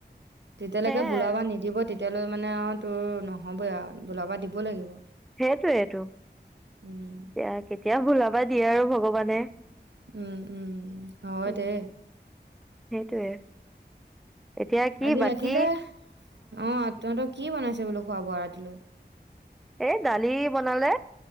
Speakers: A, on the right; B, in the centre.
A: যেতিয়ালৈকে
B: সেয়াই
A: বোলাবা
B: আৰু।
A: নিদিব তেতিয়া। তেতিয়ালৈ মানে আৱ তো‌ৰ নহ'বই আৰু বোলাবা দিব লাগিব।
B: সেইটোৱেতো
A: উম
B: এতিয়া কেতিয়া বোলা বা দিয়ে আৰু ভগৱানে।
A: উম উম হয়
B: উম
A: দে
B: সেইটোয়ে এতিয়া কি
A: আজি
B: বাকী
A: ৰাতিলে অ তহতি। কি বনাইছে বোলো খোৱা বোৱা ৰাতিলৈ?
B: এ দালি বনালে।